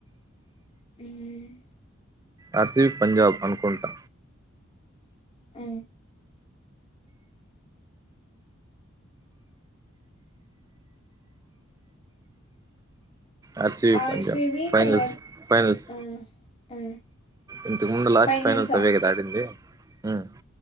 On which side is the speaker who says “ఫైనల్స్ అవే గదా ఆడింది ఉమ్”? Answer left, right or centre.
Right